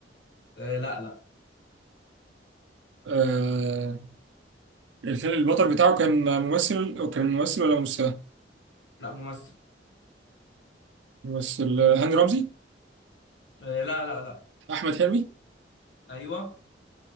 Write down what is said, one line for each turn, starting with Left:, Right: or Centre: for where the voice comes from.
Left: آه لا لا
Right: آه، الفيلم البطل بتاعه كان ممثل كان ممثل ولا ممثله
Left: لا ممثل
Right: ممثل آه، هاني رمزي
Left: آه لا لا لا
Right: احمد حلمي
Left: ايوه